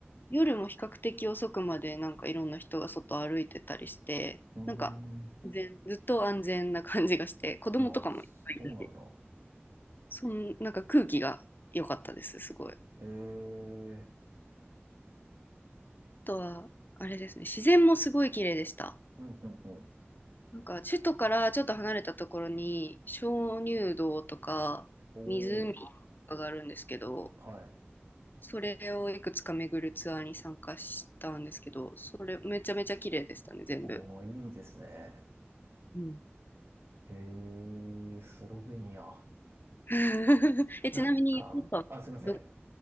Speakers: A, on the left (about 50°); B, on the right (about 70°).
A: 夜も比較的遅くまでなんかいろんな人が外歩いてたりして、
B: うーん。
A: なんか全ずっと安全な感じがして、
B: い
A: 子供とかもいっぱいいたし、
B: や、そうなんだ。
A: そんなんか空気が良かったです、すごい。あ
B: へえ。
A: とはあれですね、自然もすごい綺麗でした。
B: うん、うん、うん。
A: なんか首都からちょっと離れたところに鍾乳洞とか湖とかがあるんですけど、
B: おお。はい。
A: それをいくつか巡るツアーに参加したんですけど、それめちゃめちゃ綺麗でしたね、全部。
B: ああ、いいですね。
A: うん
B: へえ、スロベニア。
A: <laughs>。え、
B: なんか、
A: ちなみに、ヨーロッパど、
B: あ、すいません。